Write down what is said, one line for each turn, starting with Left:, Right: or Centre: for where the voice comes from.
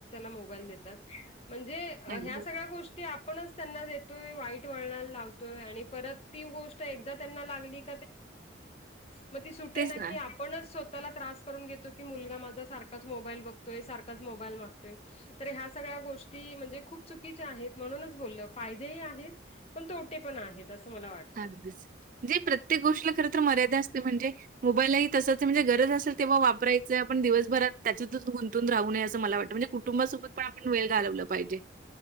Left: मोात म्हण
Right: अगदी.
Left: ह्या स्या गो ती आपणच त्यांना देतोय वाईट वळणाला लावतोय आणि परत ती गोष्ट एकदा त्यांना लागली. वन मगट.
Right: तेच ना.
Left: पण स्वतःला त्रास करून घेतो की मुलगा माझा सारखाच मोबाईल बघतोय सारखाच मोबाईल मागतोय. तर ह्या सगळ्या गोष्टी म्हणजे खूप चुकीच्या आहेत म्हणूनच बोलल फायदेही आहेत. पण तो उटे पण आहेत असं मला वाटत.
Right: अगदीच जे प्रत्येक गोष्टीला खरंतर मर्यादा असते म्हणजे. मोबाईललाही तसंच म्हणजे गरज असेल तेव्हा वापरायचं आपण दिवसभरात त्याच्यातच गुंतून राहूये असं मला वाटतं म्हणजे. कुटुंबासोबत पण वेळ घालवलं पाहिजे.